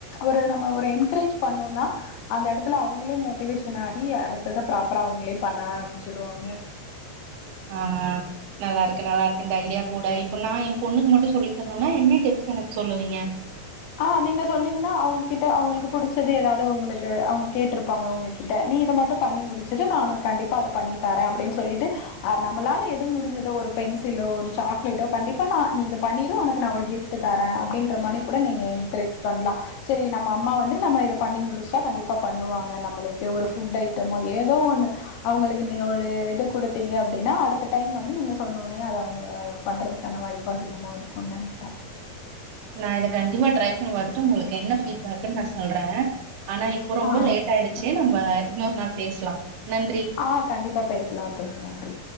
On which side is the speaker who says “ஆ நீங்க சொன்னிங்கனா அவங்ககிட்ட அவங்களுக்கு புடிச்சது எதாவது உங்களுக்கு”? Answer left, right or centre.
Left